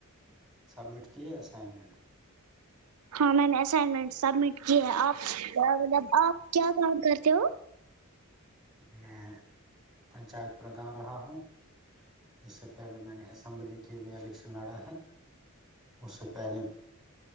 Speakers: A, in the centre; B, on the right.
A: سبمٹ کیے اسائنمنٹ
B: ہاں میں نے اسائنمنٹ سبمٹ کیے ہے آپ مطلب آپ کیا کام کرتے ہو
A: میں پنچایت پردان رہا ہوں اس سے پہلے میں نے اسمبلی کے لیے الیکشن لڑا ہے اس سے پہلے